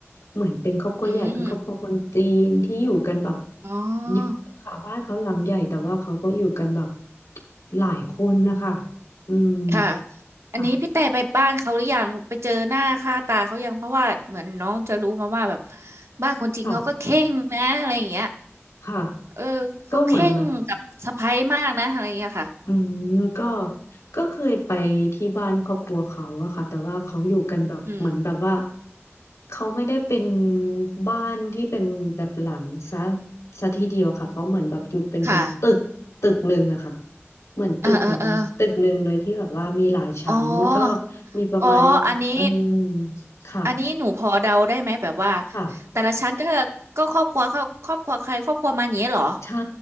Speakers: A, on the left; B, on the right.
A: เหมือนเป็นครอบครัวใหญ่เป็นครอบครัวคนจีนที่อยู่กันแบบ
B: อืมอ๋อ
A: เยอะค่ะบ้านเขาหลังใหญ่แต่ว่าเขาก็อยู่กันแบบหลายคนนะคะอืม
B: ค่ะอันนี้พี่แต่ไปบ้านเขาหรือยังไปเจอหน้าค่าตาเขายังเพราะว่าเหมือนน้องจะรู้มาว่าแบบ
A: ค่ะ
B: บ้านคนจีนเขาก็เข่งนะอะไรอย่างเงี้ย
A: ค่ะค่ะ
B: เออเขาเข่งกับสะใภ้มากนะอะไรอย่างเงี้ยค่ะ
A: ก็เหมือนแบบ อืมก็ก็เคยไปที่บ้านครอบครัวเขาอะค่ะแต่ว่าเขาอยู่กันแบบเหมือนแบบว่า
B: อืม
A: เขาไม่ได้เป็นบ้านที่เป็นแบบหลังซะซะทีเดียวค่ะเขาเหมือนแบบอยู่เป็นเป็นตึกตึกหนึ่งอะค่ะ
B: ค่ะ
A: เหมือนตึกเหมือนตึกหนึ่งเลยที่แบบว่ามีหลายชั้นก็
B: เออเออเอออ๋อ
A: มีประมาณ
B: อ๋ออันนี้
A: เออค่ะ
B: อันนี้หนูพอเดาได้ไหมแบบว่า
A: ค่ะ
B: แต่ละชั้นก็ก็ครอบครัวเขาครอบครัวใครครอบครัวมันอย่างนี้เหรอ
A: ใช่